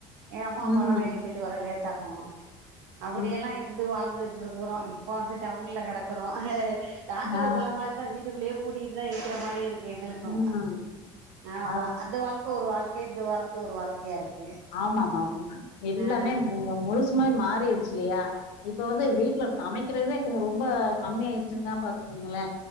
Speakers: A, on the right; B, on the left.
A: எ அம்மா
B: ம்.
A: பல வேலைக்கு போயிட்டு வர லேட் டாகு அப்படியெல்லா
B: ம்.
A: இர் ந்து வாழ்ந்துட்ருக்குறோ இப்ப வந்துட் டவுன்ல கெடக்குறோ நாங்களு
B: ஆ.
A: உங்க மாரிதா வீட்டுக்குள்ளயேப் கூட்டிகிட்டுதா இருக்குற மாரி இருக் எங்களுக்கு
B: ம்.
A: ஆமா
B: அது
A: அந்த வாழ் கு ஒரு வாழ்க்கை இந்த வாழ்க்க ஒரு வாழ்க்கியா இருக்கு
B: ஆமாமாம் எல்லாமே
A: ஆ
B: மு மு முழுஸ் நிஜம்மாவே மாறிடுச் இல்லையா இப்ப
A: ஆ
B: வந்து வீட்ல சமைக் பிறகு இதுங்க ரொம்ப கம்மி ஆய்ட்சின்தா பாத் துங்குங்களே